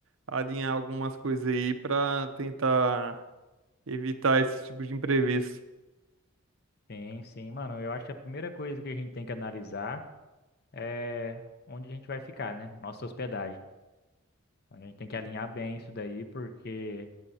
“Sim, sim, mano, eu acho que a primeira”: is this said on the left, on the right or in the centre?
Left